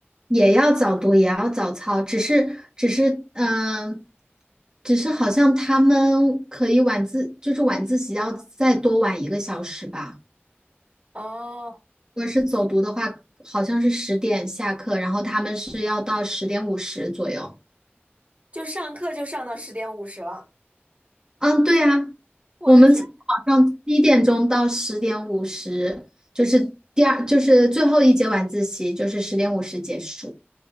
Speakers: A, on the right; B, on the right.
A: 也要早读，也要早操，只是只是嗯、呃只是好像他们可以晚自，就是晚自习要再多晚一个小时吧。
B: 哦，
A: 如果是走读的话，好像是十点下课，然后他们是要到十点五十左右。
B: 就上课就上到十点五十了。
A: 嗯，对啊，
B: 我的天，
A: 我们从早上七点钟到十点五十，就是第二，就是最后一节晚自习，就是十点五十结束，